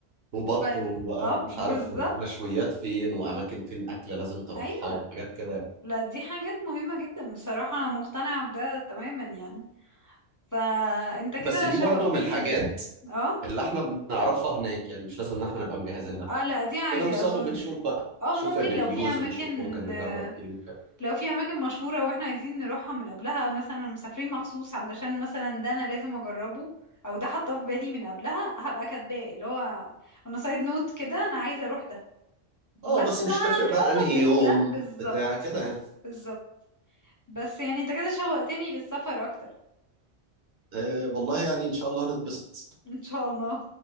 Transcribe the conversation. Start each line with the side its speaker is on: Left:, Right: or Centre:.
Right: وبط
Left: بل...
Right: وبقى
Left: اه
Right: ومش عارف
Left: بالظبط
Right: مشويات فين واماكن فين اكل لازم تروحها
Left: ايوه
Right: وحاجات كده يعني.
Left: لا دي حاجات مهمه جدا بصراحه انا مقتنعه بده تماما يعني فانت كده
Right: بس دي
Left: شوقتني
Right: برضو من الحاجات
Left: اه
Right: اللي احنا بنعرفها هناك يعني مش لازم ان احنا نبقى مجهزين لها
Left: اه لا دي عادي
Right: بنوصل
Left: اظن
Right: وبنشوف
Left: يعني.
Right: بقى
Left: اه
Right: نشوف
Left: ممكن
Right: الريفيوز
Left: لو في اماكن
Right: ونشوف ممكن نجرب
Left: آه،
Right: ايه وكده
Left: لو في اماكن مشهورة واحنا عايزين نروحها من قبلها مثلا مسافرين مخصوص علشان مثلا ده انا لازم اجربه او ده حاطه في بالي من قبلها هبقى كاتباه اللي هو انا سايد نوت كده انا عايزة اروح ده بس
Right: اه بس
Left: بقى
Right: مش هتفرق
Left: نحطه
Right: بقى انهي
Left: في البلان
Right: يوم
Left: بالظبط
Right: بتاع كده يعني
Left: بالظبط بس يعني انت كده شوقتني للسفر اكتر
Right: آه والله يعني ان شاء الله هنتبسط
Left: ان شاء الله